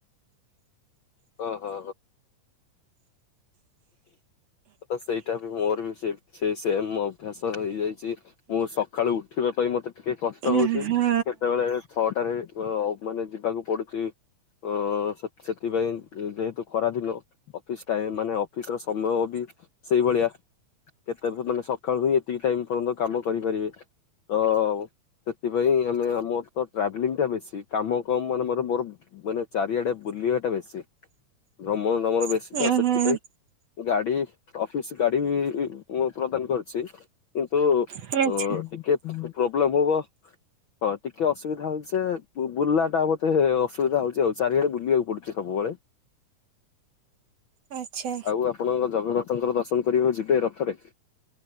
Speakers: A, on the left; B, on the right.
A: ଓହୋ। ତ ସେଇଟା ବି ମୋର ବି ସେ ସେ ସେମ୍ ଅଭ୍ୟାସ ରହିଯାଇଛି। ମୁଁ ସକାଳୁ ଉଠିବା ପାଇଁ ମତେ ଟିକେ କଷ୍ଟ
B: ଉଁ
A: ହଉଛି
B: ହଁ
A: କେତେବେଳେ ଛଅଟାରେ ମାନେ ଯିବାକୁ ପଡୁଛି। ଅ ସେଥିପାଇଁ ଯେହେତୁ ଖରାଦିନେ ଅଫିସ ଟାଇମ ମାନେ ଭିତର ସମ୍ଭବ ବି ସେଇଭଳିଆ। କେତେ ମାନେ ସକାଳୁ ହିଁ ଏତିକି ଟାଇମ ପର୍ଯ୍ୟନ୍ତ କାମ କରିପାରିବେ ତ ସେଥିପାଇଁ ଆମେ ଆମ ତ ଟ୍ରାଭେଲିଂଟା ବେଶୀ କାମ କମ ମାନେ ମୋର ମୋର ମାନେ ଚାରିଆଡେ ବୁଲିବାଟା ବେଶୀ। ଭ୍ରମଣ ରମର ବେଶୀ
B: ଉଁ
A: ତ ସେଥିପାଇଁ।
B: ହୁଁ
A: ଗାଡି ଅଫିସ ଗାଡି ମୁଁ ପ୍ରଦାନ କରିଛି। କିନ୍ତୁ ଅ
B: ଆଚ୍ଛା
A: ଟିକେ ପ୍ରୋବ୍ଲେମ ହବ। ହଁ ଟିକେ ଅସୁବିଧା ହଉଛି ସେ ବୁଲାଟା ମତେ ଅସୁବିଧା ହଉଛି ଆଉ ଚାରିଆଡେ ବୁଲିବାକୁ ପଡୁଛି ବୁ ସବୁବେଳେ।
B: ଆଚ୍ଛା।
A: ଆଉ ଆପଣଙ୍କ ଜଗନ୍ନାଥଙ୍କର ଦର୍ଶନ କରିବାକୁ ଯିବେ ରଥରେ।